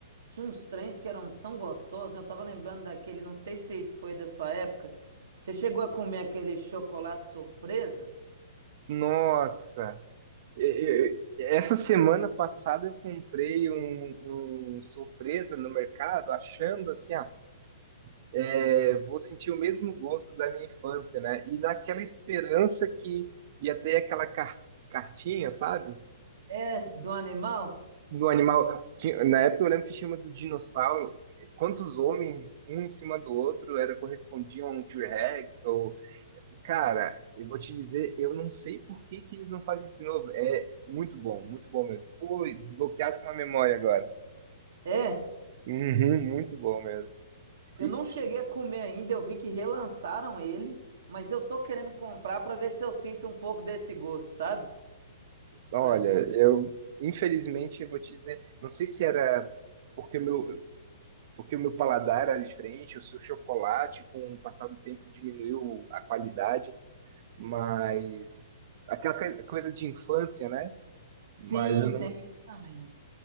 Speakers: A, on the right; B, on the right.
A: tinha uns trens que eram tão gostosos, né? Eu tava lembrando daquele, não sei se foi da sua época. Você chegou a comer aquele chocolate surpresa?
B: Nossa, e- e- essa semana passada eu comprei um, um surpresa no mercado, achando assim, ah, é, vou sentir o mesmo gosto da minha infância, né? E naquela esperança que ia ter aquela car- cartinha, sabe?
A: É, do animal?
B: do animal. Tinha- na época eu lembro que tinha uma do dinossauro. Quantos homens, um em cima do outro, era correspondiam a um T-Rex? Ou... Cara, eu vou te dizer, eu não sei por que que eles não fazem isso de novo. É muito bom, muito bom mesmo. Pô, desbloqueasse uma memória agora.
A: É.
B: Uhum, muito bom mesmo.
A: Eu
B: E,
A: não cheguei a comer ainda, eu vi que relançaram ele, mas eu tô querendo comprar pra ver se eu sinto um pouco desse gosto, sabe?
B: olha,
A: Para ser
B: eu infelizmente eu vou te dizer, não sei se era porque o meu, porque o meu paladar era diferente, ou se o chocolate, com o passar do tempo, diminuiu a qualidade. mas aquela coi- coisa de infância, né?
A: Sim,
B: Mas eu não
A: tem isso também.